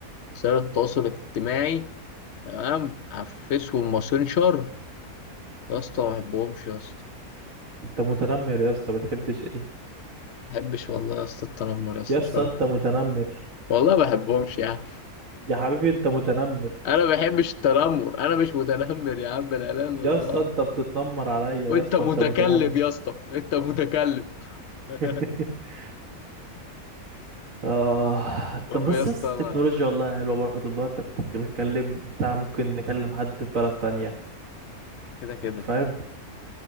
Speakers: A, on the left (about 60°); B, on the right (about 60°).
A: وسائل التواصل الاجتماعي تمام على الفيس والماسنجر يا اسطى ما بحبهمش يا اسطى
B: انت متنمر يا اسطى بتحبش ايه
A: ما بحبش والله يا اسطى التنمر يا اسطى
B: يا اسطى
A: بصراحه
B: انت متنمر
A: والله ما بحبهمش يا عم
B: يا حبيبي انت متنمر
A: انا ما بحبش التنمر انا مش متنمر يا عم لا اله الا
B: يا
A: الله
B: اسطى انت بتتنمر عليا يا
A: وانت
B: اسطى
A: متكلم
B: انت متنمر
A: يا اسطى انت متكلم <laughs>
B: <laughs> آه
A: طب
B: طب بس
A: يا اسطى
B: بس التكنولوجيا
A: انا
B: والله حلوة برضه اللي هو انت بتت- بتتكلم بتاع ممكن نكلم حد في بلد تانية
A: كده كده
B: فاهم